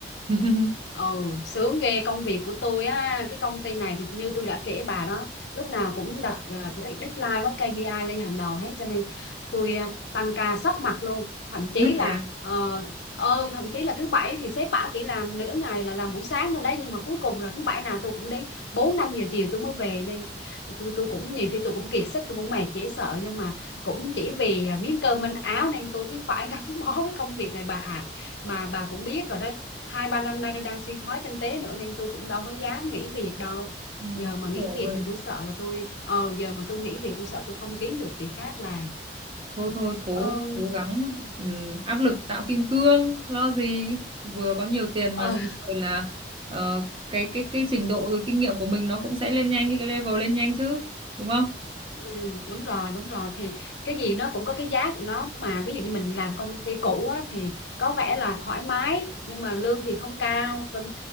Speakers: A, on the right (about 30°); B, on the left (about 80°).
A: <laughs>
B: Ồ, sướng ghê công việc của tôi á, cái công ty này thì như tôi đã kể bà đó, lúc nào cũng đặt ờ, de- deadline với KPI lên hàng đầu hết cho nên tôi ờ, tăng ca sắp mặt luôn, thậm chí là
A: Thế à?
B: ờ ờ, thậm chí là thứ bảy thì sếp bảo chỉ làm nửa ngày là làm buổi sáng thôi đấy nhưng mà cuối cùng là thứ bảy nào tôi cũng đến 4 5 giờ chiều tôi mới về nên tôi tôi cũng nhiều khi tôi cũng kiệt sức tôi cũng mệt dễ sợ nhưng mà cũng chỉ vì ờ, miếng cơm manh áo nên tôi cứ phải gắn <laughs> bó với công việc này bà ạ. Mà bà cũng biết rồi đó hai ba năm nay đang suy thoái kinh tế nữa nên tôi cũng đâu có dám nghỉ việc đâu
A: Ừ,
B: giờ mà nghỉ
A: rồi.
B: việc thì tôi sợ là tôi ờ giờ mà tôi nghỉ việc tôi sợ tôi không kiếm được việc khác làm
A: thôi thôi cố
B: ờ,
A: cố gắng ừm, áp lực tạo kim cương lo gì vừa có nhiều tiền mà
B: ờ,
A: xong rồi là ờ, cái cái cái trình độ rồi kinh nghiệm của mình nó cũng sẽ lên nhanh như cái level lên nhanh chứ đúng không
B: Ừ, đúng rồi đúng rồi thì cái gì nó cũng có cái giá của nó mà ví dụ như mình làm công ty cũ á, thì có vẻ là thoải mái nhưng mà lương thì không cao tinh,